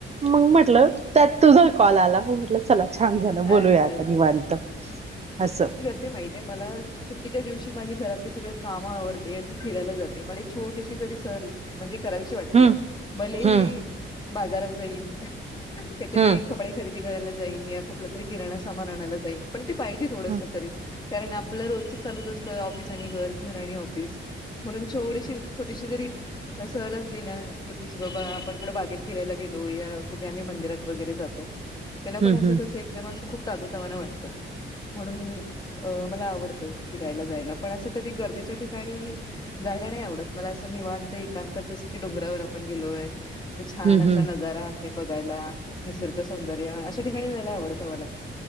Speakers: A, on the right; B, on the left.
A: मंग म्हटलं त्यात तुझा कॉल आला म म्हटलं चला छान झालं बोलूया
B: अच्छा
A: आता निवांत असं.
B: मायतीए मला सुट्टीच्या दिवशी माझी घरातली सगळी कामं आवरते आणि मी फिरायला जाते मला एक छोटीशी तरी सहल् म्हणजे कराविशी वाटते
A: हम्म
B: भले
A: हम्म
B: ही बाजारात जाईन काईतरी
A: हम्म
B: क् -पडे खरेदी करायला जाईन या कुठलं किराना सामान आणायला जाईल पण ते पाहिजे थोडंस
A: हम्म
B: तरी कारण आपलं रोजच चालूच अस् ऑफिस आणि घर, घर आणि ऑफिस म्हणून छोडशी छोटीशी जरी सहल असली ना छोटीशी बाबा आपण कुठे बागेत फिरायला गेलोय, कुठे आम्ही मंदिरात वगैरे जातो. त्यानं
A: हम्म
B: पण असं
A: हम्म
B: कसं एकदम असं खूप ताजंतवानं वाटतं. म्हणून अ मला आवडतं फिरायला जायला पणअसं कधी गर्दीच्या ठिकाणी जायला नाई आवडत मला असं निवांत एकांतात जसं की डोंगरावर आपण गेलोय. तिथे छान
A: हम्म
B: असा
A: हम्म
B: नजारा आहे बघायला निसर्ग सौंदर्य अशा ठिकाणी जायला आवड -तं मला.